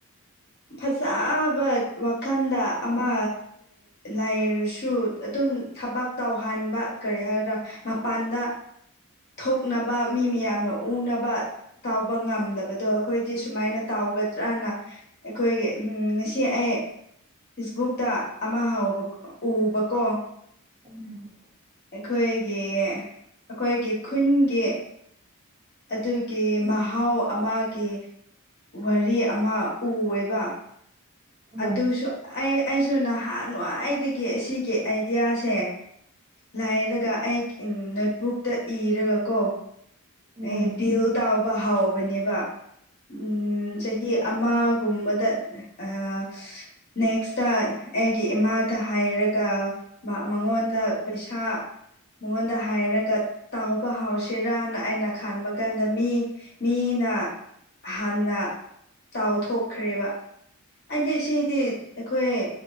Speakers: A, on the left; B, on the right.
A: ꯐꯖꯕ ꯋꯥꯈꯜꯗ ꯑꯃ ꯂꯥꯏꯔꯁꯨ ꯑꯗꯨ ꯁꯨꯝ ꯊꯕꯛ ꯇꯧꯍꯟꯥꯟꯕ ꯀꯔꯤ ꯍꯥꯏꯒꯗ꯭ꯔꯥ ꯃꯄꯥꯟꯗ ꯊꯣꯛꯅꯕ ꯃꯤ ꯃꯌꯥꯝꯅ ꯎꯅꯕ ꯇꯥꯎꯕ ꯉꯝꯗꯕꯗꯣ ꯑꯩꯈꯣꯏꯗꯤ ꯁꯨꯃꯥꯏꯅ ꯇꯥꯎꯒꯗ꯭ꯔꯅ ꯑꯩꯈꯣꯏꯒꯤ ꯉꯁꯤ ꯑꯩ ꯐꯦꯁꯕꯨꯛꯇ ꯑꯃ ꯍꯥꯎꯕ ꯎꯕꯀꯣ
B: ꯎꯝ
A: ꯑꯩꯈꯣꯏꯒꯤ ꯑꯩꯈꯣꯏꯒꯤ ꯈꯨꯟꯒꯤ ꯑꯗꯨꯒꯤ ꯃꯍꯥꯎ ꯑꯃꯒꯤ ꯋꯥꯔꯤ ꯑꯃ ꯎꯑꯦꯕ
B: ꯎꯝ
A: ꯑꯗꯨꯁꯨ ꯑꯩ ꯑꯩꯁꯨ ꯅꯍꯥꯟꯋꯥꯏꯗꯒꯤ ꯑꯁꯤꯒꯤ ꯑꯥꯏꯗꯤꯌꯥꯁꯦ ꯂꯥꯏꯔꯒ ꯑꯩ ꯅꯣꯠꯕꯨꯛꯇ ꯏꯔꯒ ꯀꯣ
B: ꯎꯝ
A: ꯑꯦ ꯚꯤꯜ ꯇꯥꯎꯕ ꯍꯥꯎꯕꯅꯦꯕ ꯎꯝ ꯆꯍꯤ ꯑꯃ ꯀꯨꯝꯕꯗ ꯑ ꯅꯦꯛꯁꯇ ꯑꯩꯒꯤ ꯏꯃꯥꯗ ꯍꯥꯏꯔ ꯃꯉꯣꯟꯗ ꯄꯩꯁꯥ ꯃꯉꯣꯟꯗ ꯍꯥꯏꯔꯒ ꯇꯥꯎꯕ ꯍꯥꯎꯁꯤꯔꯅ ꯑꯩꯅ ꯈꯟꯕ ꯀꯥꯟꯗ ꯃꯤ ꯃꯤꯅ ꯍꯥꯟꯟꯅ ꯇꯥꯎꯊꯣꯛꯈ꯭ꯔꯦꯕ ꯑꯩꯗꯤ ꯁꯤꯗꯤ ꯑꯩꯈꯣꯏ